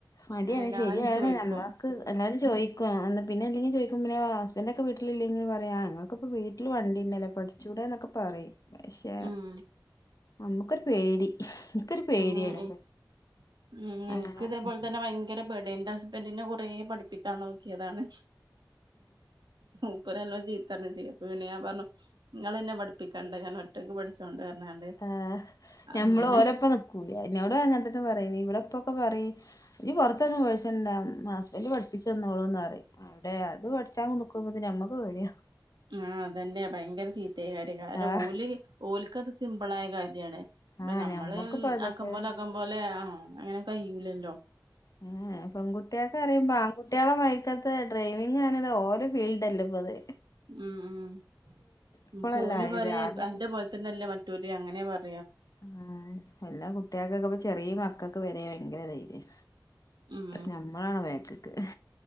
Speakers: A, on the left; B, on the right.
A: മടിയാണ്
B: എല്ലാരും
A: ശരിയാണ്േ
B: ചോയിക്കും
A: നമ്മക്ക് എല്ലരും ചോദിക്കും പിന്നെ എല്ലെങ്കും ചോദിക്കുമ്പ ഇന്റെൊക്കെ വീിലില്ലെങ്കില പറയാ നിങ്ങൾക്കൊക്കെ വി വീട്ടില് വണ്ടിന്നല്ലേ പഠിച്ച കൂടെന്നൊക്കെ പറയും പക്ഷെ
B: ഉം
A: നമുക്കൊരു പേടി എനിക്കൊരു പേടിയാണ്
B: ഉം ഉം എനക്ക്
A: അങ്ങനെ
B: ഇതേപോലെ തന്നെ ഭയര ങ്കര പേടിയാഎന്റെ ഹസ്ബൻറിിനെ കുറെ പഠിപ്പിക്കാൻ നോക്കിയതാണ് ഇപ്പല്ലോ ചീത്തര ചെയ്യ പിന ഞാ പറഞ്ഞു നിങ്ങ എന്നെ പഠിപ്പിക്കാണ്ടാ ഒറ്റക്ക് പഠിച്ചോണ്ട് പറഞ്ഞാണ്ട്
A: ആ് നഞമ്മള്
B: അങ്ങനെ
A: ഓരപ്പ നക്കൂല ഇന്നവിട അങ്ങനത്തന്നെ പറയ ഇവിടെപ്പൊക്കെ പറയും ഇനി പുറത്തൊന്നന്ന് പോേിച്ച ഹസ്ബൻറ് പഠിപ്പിച്ചുന്നോളൂന്ന് പറ ടെ അത് പഠിച്ചാൻനിക്കുമ്പ ക്ക് ഞമ്മക്ക് പേടിയാ
B: ആ അതന്നെയ ഭയങ്കര ചീത്തയകാരി കാരണം
A: ആഹ്
B: ഓല് ഓൽക്കത് ളായ കാര്യമാണ് അപ്പൊ
A: ആഹ്
B: നമ്മള്
A: ഞമ്മക്കിപ്പ അതൊക്കെ
B: ആക്കം പോലെ ആക്കം പോലെ ആ അങ്ങനെ കഴൂല ല്ലോ
A: എ. എ പെൺകട്ടിയേക്ക് അറിയുമ്പ ആൺകുട്ടികളെ മാദിരിക്കത്ത ഡ്രൈവിങ്ാനല്ല ഓല് ഫീൽഡ് അല്ല പോത്
B: ഉം ഉം
A: ഇപ്പളല്ല
B: ജോലി
A: ആയത്
B: പറയാ
A: ആദ്യൊന്നും
B: എന്റെ പോലെ തന്നെല്ലേ മറ്റൂര് അങ്ങനെ പറ
A: ആ എല്ലാ കുട്ടികൾക്കൊക്കെ ഇപ്പ ചെറിയ മക്കൊക്കെ വര ഭയങ്കര ധൈര്യം
B: ഉം
A: ഞമ്മളാണ ബേക്കക്ക്